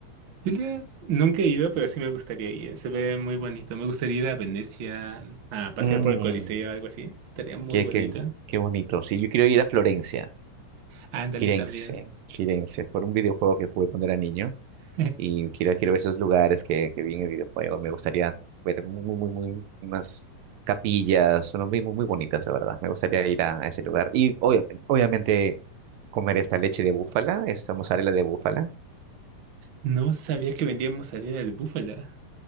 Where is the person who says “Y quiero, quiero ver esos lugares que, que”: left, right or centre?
Right